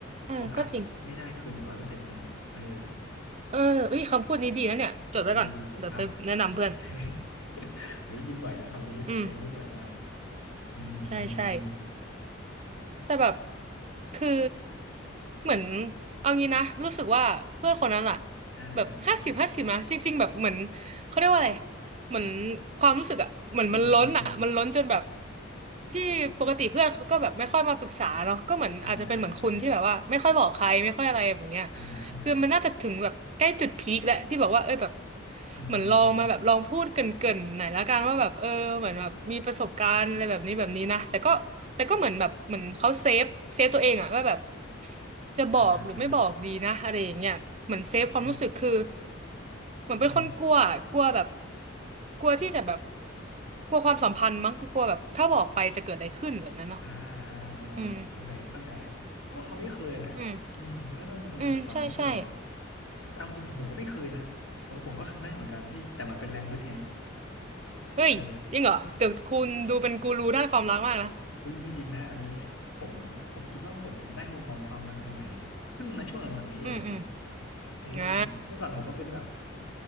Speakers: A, on the right; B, on the left.
A: เออก็จริง
B: โอกาสไม่ได้คือหนึ่งร้อยเปอร์เซ็นต์นะเออ
A: เออเอ้ยคำพูดนี้ดีนะเนี่ยจดไว้ก่อนเดี๋ยวไปแนะนำเพื่อน
B: ดีดีดีอ้าว <laughs> ผมได้ยินบ่อยนะคำนี้คนพูดบ่อยมาก
A: อืม
B: อืมอืมอืม
A: ใช่ใช่ แต่แบบคือเหมือนเอางี้นะรู้สึกว่าเพื่อนคนนั้นอะ
B: อ่าอ่าอ่า
A: แบบห้าสิบห้าสิบนะจริงๆแบบเหมือนเขาเรียกว่าอะไรเหมือนความรู้สึกอะเหมือนมันล้นอะมันล้นจนแบบ
B: อืมอืมอืม
A: ที่ปกติเพื่อนเขาก็แบบไม่ค่อยมาปรึกษาเนาะก็เหมือนอาจจะเป็นเหมือนคุณที่แบบว่าไม่ค่อยบอกใครไม่ค่อยอะไรแบบเนี้ย
B: อ่าอ่าอ่าอ่าอ่าฮะอ่าฮะ
A: คือมันน่าจะถึงแบบใกล้จุดพีคแล้วที่บอกว่าเออแบบ
B: อืมฮึอหืมฮึอหือ
A: เหมือนลองมาแบบลองพูดเกริ่นๆหน่อยละกันว่าแบบเออเหมือนแบบมีประสบการณ์อะไรแบบนี้แบบนี้นะแต่ก็แต่ก็เหมือนแบบเหมือนเขาเซฟเซฟตัวเองอะว่าแบบจะบอกหรือไม่บอกดีนะอะไรอย่างเงี้ยเหมือนเซฟความรู้สึกคือ
B: อ่าฮะอ่าฮะโอเค
A: เหมือนเป็นคนกลัวอะกลัวแบบ
B: อืมฮึอ
A: กลัวที่จะแบบกลัวความสัมพันธ์มั้งกลัวแบบถ้าบอกไปจะเกิดอะไรขึ้นแบบนั้นเนาะ
B: อ่าอ่าอ่าโอเคเข้าใจ
A: อืม
B: เพราะว่าเขาไม่เคยแหละอืมมันก็น่าจะเป็นแต่ความไม่เคยอ่ะ
A: อืมอืมใช่ใช่
B: แต่เอาจริงของผมก็ไม่เคยนะของผมก็ครั้งแรกเหมือนกันที่แต่มันเป็นแรงฮึดไง
A: เฮ้ยจริงเหรอแต่คุณดูเป็นกูรูด้านความรักมากนะ
B: เออ อุ้ยไม่จริงนะอันนี้ผมผมคิดว่าผมได้มุมมองความรักใหม่ๆเพิ่งมาช่วงหลังๆนี้เอง
A: อืมอืม
B: เออ
A: อ่า
B: เมื่อก่อนผมก็เป็นแบบ